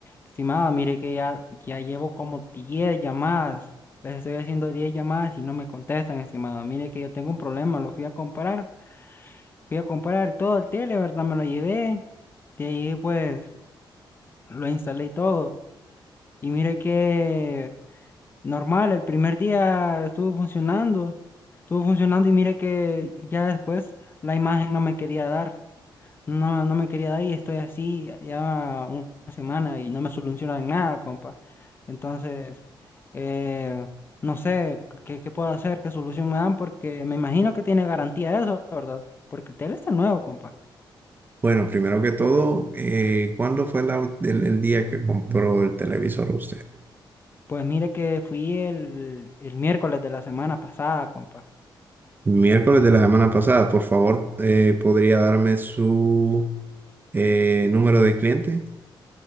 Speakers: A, on the left (about 25°); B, on the right (about 25°).
A: Estimado, mire que ya, ya llevo como 10 llamadas. Les estoy haciendo 10 llamadas y no me contestan, estimado. Mire que yo tengo un problema, lo fui a comprar. Fui a comprar todo el tele, ¿verdad? Me lo llevé. De ahí pues lo instalé y todo. Y mire que normal, el primer día estuvo funcionando. Estuvo funcionando y mire que ya después la imagen no me quería dar, no, no me quería dar y estoy así ya una semana y no me solucionan nada, compa. Entonces, eh, no sé qué, qué puedo hacer, qué solución me dan, porque me imagino que tiene garantía eso, ¿verdad? Porque el tele está nuevo, compa.
B: Bueno, primero que todo, eh, ¿cuándo fue la ul- el, el día que compró el televisor usted?
A: Pues mire que fui el, el miércoles de la semana pasada, compa.
B: Miércoles de la semana pasada. Por favor, eh, ¿podría darme su eh, número de cliente?